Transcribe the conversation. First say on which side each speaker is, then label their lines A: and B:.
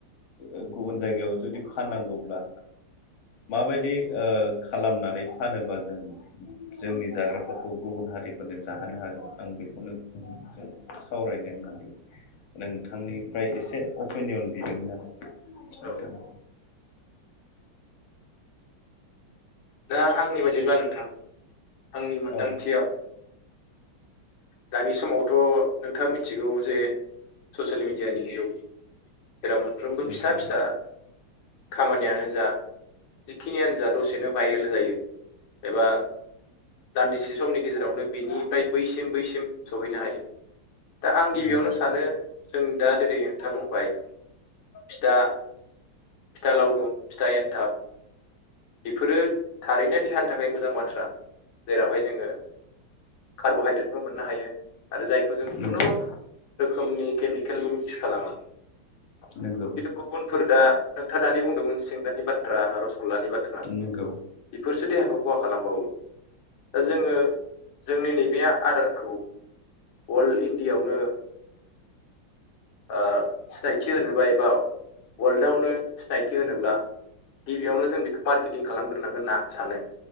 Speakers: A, on the left; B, on the left.
A: ओ गुबुन जायगायाव जुदि फाननांगौब्ला माबायदि ओ खालामनानै फानोबा जों जोंनि जाग्राफोरखौ गुबुन हारिफोरनो जाहोनो हागोन आं बेखौनो बुं गोन सावरायनो होननानै नोंथांनिफ्राय एसे अपिनियन बिदोंमोन आरो नोंथां
B: औ दा आंनि बायदिब्ला नोंथां आंनि मोन्दांथियाव
A: औ
B: दानि समावथ' नोंथाङा मिथिगौ जे ससियेल मिडियानि जुग जेराव मोनफ्रोमबो
A: नंगौ
B: फिसा-फिसा खामानियानो जा जिखिनियानो जा दसेनो भाइरेल जायो। एबा दान्दिसे समनि गेजेरावनो बिनिफ्राय बैसिम बैसिम सहैनो हायो दा आं गिबियावनो
A: नंगौ
B: सानो जों दा दिनै नोंथा बुंबाय बिथा फिथा लावदुम फिथा एन्थाब बेफोरो थारैनो देहानि थाखाय मोजां बाथ्रा जेरावहाय जोङो कार्ब'हाइद्रेटबो मोननो हायो आरो जायखौ जों
A: नंगौ
B: खुनु रोखोमनि केमिकेलबो मिक्स खालामा।
A: नंगौ
B: खिन्थु गुबुनफोर दा नोंथाङा दानि बुंदोंमोन सिंग्रानि बाथ्रा रसगुल्लानि बाथ्रा
A: नोंगौ
B: एफोरसो देहाखौ खहा खालामबावो दा जोङो जोंनि नैबे आदारखौ अल इण्डियायावनो ओ सिनायथि होनोबा एबा वर्ल्डआवनो सिनायथि होनोब्ला गिबियावनो जों बेखौ मार्केटिं खालामग्रोनांगोन होनना आं सानो